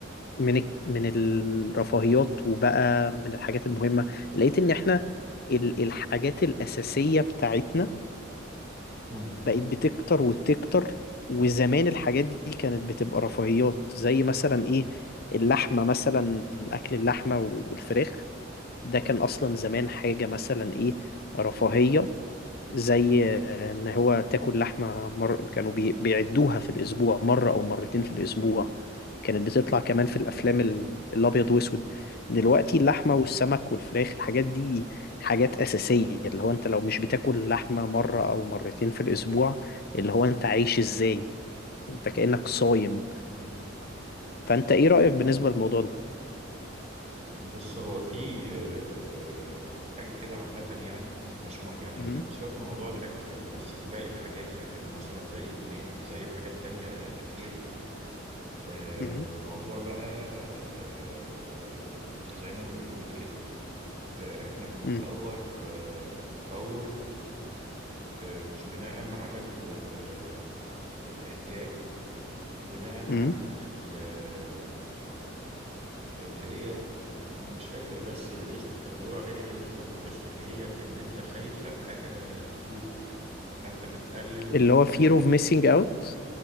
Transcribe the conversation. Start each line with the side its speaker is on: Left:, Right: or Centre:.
Left: من الك- من الرفاهيات وبقى من الحاجات المهمة لقيت إن إحنا ال- الحاجات الأساسية بتاعتنا
Right: مم.
Left: بقت بتكتر وتكتر وزمان الحاجات دي كانت بتبقى رفاهيات زي مثلا إيه اللحمة مثلا أكل اللحمة والفراخ ده كان أصلا زمان حاجة مثلا إيه رفاهية زي ان هو تاكل لحمه مر... كانوا بي... بيعدوها في الاسبوع مره او مرتين في الاسبوع كانت بتطلع كمان في الافلام ال... الابيض واسود دلوقتي اللحمه والسمك والفراخ الحاجات دي حاجات اساسيه اللي هو انت لو مش بتاكل لحمه مره او مرتين في الاسبوع اللي هو انت عايش ازاي انت كأنك صايم
Right: مم.
Left: فانت ايه رأيك بالنسبه للموضوع ده
Right: بص هو في آه، حاجة كده عامة يعني مش م... يعني
Left: مم.
Right: سيبك من موضوع الأكل يعني بس في باقي الحاجات يعني مثلا زي النت زي حاجات تانية كتير آه،
Left: مم.
Right: الموضوع بقى آه، زي ما أنت بتقول كده آه، إحنا بنتطور
Left: مم.
Right: آه، تطور آه، مش بناء على ال... آه، الاحتياج بناء على
Left: مم.
Right: ال... اللي هي ما انا مش فاكر بس الاسم كانوا بيقولوا عليها ايه بالظبط بس هي ان انت خايف للحاجة تفوتك فانت بتقلد او
Left: اللي
Right: انت
Left: هو fear
Right: بتعمل-
Left: of missing out